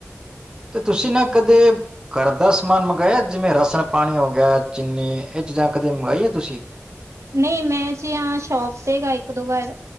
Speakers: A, on the right; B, on the right.
A: ਤੇ ਤੁਸੀਂ ਨਾ ਕਦੇ ਕਰਦਾ ਸਮਾਨ ਮੰਗਵਾਇਆ, ਜਿਵੇ ਰਾਸਣ ਪਾਣੀ ਹੋ ਗਿਆ, ਚੀਨੀ, ਇਹ ਚੀਜਾ ਕਦੇ ਮੰਗਾਈਏ ਤੁਸੀ?
B: ਨਹੀ ਮੈ ਜ ਹ ਸ਼ੋਪ ਤੇ ਗ ਇਕ ਦੋ ਵਾਰ,